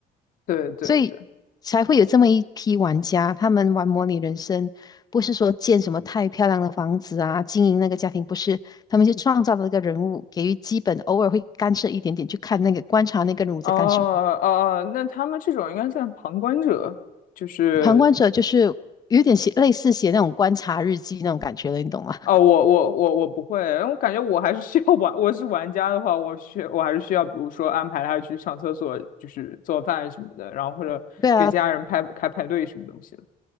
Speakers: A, on the left (about 60°); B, on the left (about 25°).
A: 对对对。
B: 所以才会有这么一批玩家，他们玩模拟人生，不是说建什么太漂亮的房子啊，经营那个家庭，不是，他们就创造了一个人物，给予基本，偶尔会干涉一点点，去看那个观察那个人物在干什么。
A: 哦哦哦，那他们这种应该算旁观者，就是
B: 旁观者就是有点写类似写那种观察日记那种感觉了，你懂吗？
A: 哦，我我我我不会，因为我感觉我还是需要玩，我是玩家的话，我需我还是需要，比如说安排他去上厕所，就是做饭什么的，然后或者给家人排开派对什么东西的。
B: <laughs> 对啊，